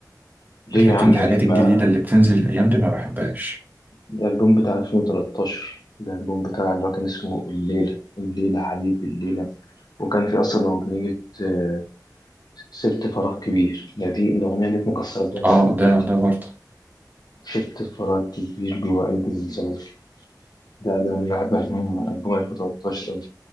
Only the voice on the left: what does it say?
ليه يا
عم
ليه ما
ده الألبوم بتاع 2013 ده الألبوم بتاع اللي هو كان اسمه الليلة الليلة حبيبي الليلة وكان في أصلا أغنية آه، سبت فراغ كبير ده دي الأغنية دي مكسرة الدنيا
لحد دلوقتي
شفت انفراد كبير جوه قلب الزمالك ده ده انا بحب من البوم 2013 قوي